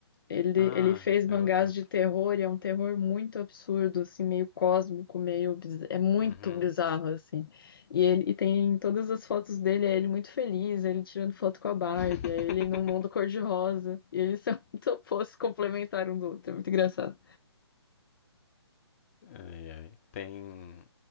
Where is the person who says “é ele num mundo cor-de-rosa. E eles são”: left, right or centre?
Left